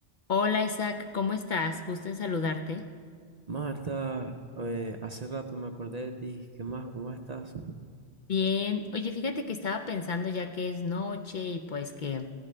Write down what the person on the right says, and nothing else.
Marta, eh, hace rato me acordé de ti. ¿Qué más? ¿Cómo estás?